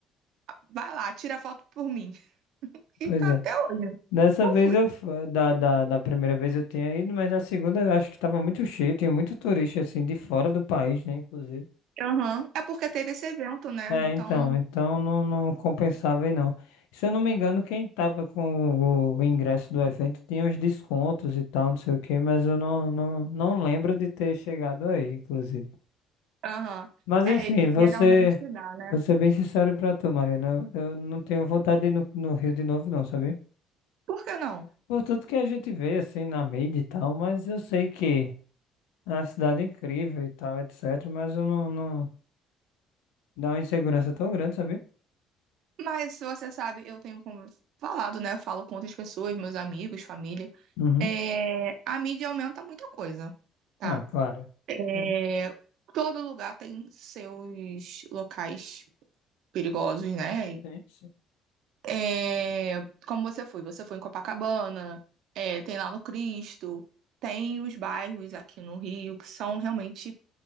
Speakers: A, on the right (about 70°); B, on the left (about 80°).
A: vai lá, tira foto por mim. <laughs> E
B: Pois
A: tá
B: é.
A: até hoje.
B: Dessa
A: Não
B: vez
A: fui.
B: eu, f- da, da, da primeira vez eu tinha ido, mas a segunda eu acho que tava muito cheio, tinha muito turista assim de fora do país, né, inclusive.
A: Aham. É porque teve esse evento, né?
B: É,
A: Então,
B: então, então não, não compensava aí não. Se eu não me engano, quem tava com o ingresso do evento tinha os descontos e tal, não sei o que, mas eu não, não, não lembro de ter chegado aí, inclusive.
A: aham.
B: Mas
A: É,
B: enfim,
A: ele
B: você,
A: geralmente se dá, né?
B: vou ser bem sincero pra tu, Mariana, eu, eu não tenho vontade de ir no, no Rio de novo não, sabia?
A: Por que não?
B: Por tudo que a gente vê, assim, na mídia e tal, mas eu sei que é uma cidade incrível e tal, etc, mas eu não, não... Dá uma insegurança tão grande, sabia?
A: Mas você sabe, eu tenho con- falado, né? Eu falo com outras pessoas, meus amigos, família.
B: Uhum.
A: É, a mídia aumenta muita coisa, tá?
B: Ah, claro.
A: É,
B: Sim.
A: todo lugar tem seus locais perigosos, né?
B: Sim, sim,
A: É, como você foi? Você foi em Copacabana, é, tem lá no Cristo, tem os bairros aqui no Rio que são realmente